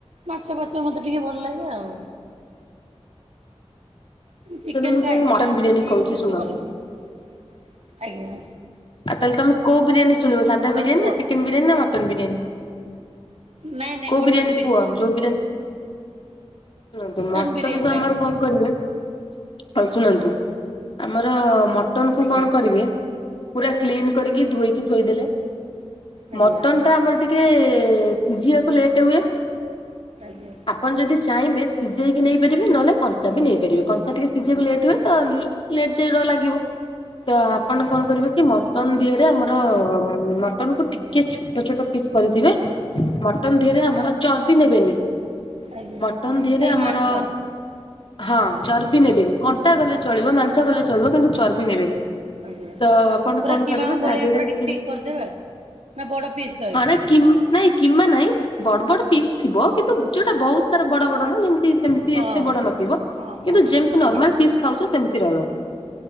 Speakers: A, on the right; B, on the left.
A: ମାଛ ଫାଛ ମତେ ଟିକେ ଭଲ ଲାଗେ ଆଉ। ମୁଁ ଚିକେନେ
B: ତାହେଲେ
A: ଖାଇନି
B: ତମକୁ
A: ନା ମଟନ
B: ବିରିୟାନୀ
A: ବି
B: କହୁଛି
A: ମତେ ଏତେ
B: ଶୁଣ।
A: ଭଲନି ଆଜ୍ଞା।
B: ଆଉ ତାହେଲେ ତମେ କଉ ବିରିୟାନୀ ଶୁଣିବ ସାଧା
A: ଆଉ
B: ବିରିାନି
A: କୁହ
B: ନା ଚିକେନେ ବିରିୟାନୀ ନା ମଟନ ବିରିୟାନୀ?
A: ନାଇଁ ନାଇଁ
B: କୋଉ
A: ମଟନ
B: ବିରିୟାନୀ କୁହ ଯୋଉ ବିରିୟାନୀ ଶୁଣନ୍ତୁ ମଟନ
A: ବିରିୟାନୀ
B: କୁ ଆମର
A: ଟା କୁହ
B: କଣ କରିବା ଆଉ ଶୁଣନ୍ତୁ ଆମର ମଟନ କୁ
A: ଆଜ୍ଞା
B: କଣ
A: କୁହନ୍ତୁ
B: କରିବେ ପୁରା କ୍ଲିନ କରିକି ଧୋଇକି ଥୋଇଦେଲେ
A: ଆଜ୍ଞା
B: ମଟନ୍ ସେଇଟା ଆମର ଟିକେ ସିଝିବାକୁ ଲେଟେ ହୁଏ।
A: ଆଜ୍ଞା।
B: ଆପଣ ଯଦି ଚାହିଁବେ ସିଝେଇକି ନେଇପାରିବେ ନହେଲେ କଂଞ୍ଚା ବି ନେଇପାରିବେ କଂଞ୍ଚା ଟିକେ ସିଝେଇବାକୁ
A: ଆଜ୍ଞା
B: ଲେଟ୍ ହୁଏ ତ ଲେଚେର ଲାଗିବ ତ
A: ଆଜ୍ଞା
B: ଆପଣ କଣ କରିବେ କି ମ ମଟ ଦିଅରେ ଆମର ମଟନ କୁ ଟିକେ ଛୋଟ ଛୋଟ ପିସ୍ କରିଥିବେ। ମଟନ ଧିହରେ ଆମର ଚର୍ବି ନେବେନି।
A: ଆଜ୍ଞା
B: ମଟନ୍ ଦେହରେ
A: ଖାଲି
B: ଆମର
A: ମାଂସ
B: ହଁ
A: ହୁଁ
B: ଚର୍ବି ନେବେନି କଣ କଟା ଗଲେ ଚଳିବ ମାଂସ ଗଲେ ଚଳିବ କିନ୍ତୁ ଚର୍ବି ନେବେନି।
A: ଆଜ୍ଞା
B: ତ ଆପଣ
A: ପୁରା
B: କଣ
A: କିିବାମ୍ୱ
B: କରିବେ ତା
A: ଭଳିଇଆ
B: ଦେହରେ
A: ପୁରା
B: ଟିକେ
A: ଟିକ୍ ଟିକ୍ କରିଦେବେ ଆଉ। ନା ବଡ ପିସ୍ ରହିବ
B: ହଁ ନାଇଁ
A: ବି
B: କି ନାଇଁ କିମ୍ମା ନାଇଁ ବଡ ବଡ ପିସ୍ ଥିବ କିନ୍ତୁ ଯୋଉଟା ବହୁତ ସାରା ବଡ ବଡ ନା ଯେମିତି ଯେମିତି ଏତ
A: ଓହୋ।
B: ବଡ ନଥିଙ୍କିନ୍ତୁ
A: ଓହୋ
B: ଜେମିତି
A: ଆଜ୍ଞା
B: ନର୍ମଲ ତିଥି ଖାଉଛ ସେମିତି ରହିବ